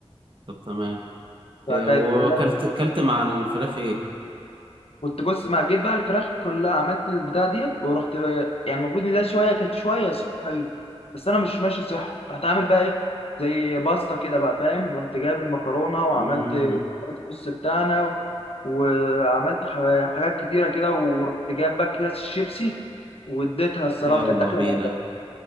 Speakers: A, on the right; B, on the left.
A: طب تمام
B: فكانت
A: إيه وكلت
B: لا
A: كلت مع الفراخ ايه
B: كنت بص ما جيت بقى الفراخ كلها عملت البتاع ديت ورحت بقى يعني المفروض ان ده شويه كانت شويه صحيه بس انا مش ماشي صح رحت عامل بقى ايه زي باستا كده بقى فاهم رحت جايب المكرونه وعملت
A: مم.
B: الوايت صوص بتاعنا و... وعملت ح- حاجات كتيره كده ورحت جايب بقى اكياس الشيبسي واديتها الصراحه
A: يلا
B: كانت اكله
A: بينا
B: جامده